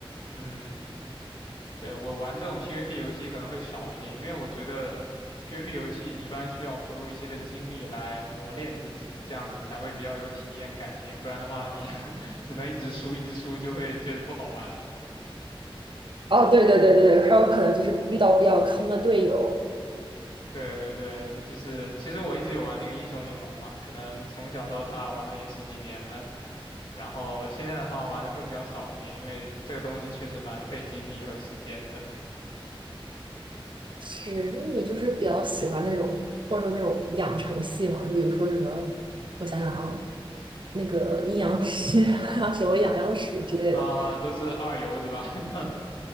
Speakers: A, on the left; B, on the right.
A: 嗯对，我玩这种 PVP 游戏可能会少一点，因为我觉得 PVP 游戏你一般需要投入一些的精力来磨练自己，这样子才会比较有体验感一点，不然的话你 <laughs> 只能一直输一直输，就会觉得不好玩。
B: 哦，对对对对还有可能就是遇到比较坑的队友。
A: 对对对，尤其是其实我一直有玩那个英雄联盟嘛，可能从小到大玩了也十几年了，然后现在的话玩的会比较少一点，因为这个东西确实蛮费精力和时间的
B: 是，那你就是比较喜欢那种或者说那种养成系嘛？就比如说什么，我想想啊，那个阴阳师啊，什么养阳师之类的。
A: 啊，都是二游是吧？<laughs>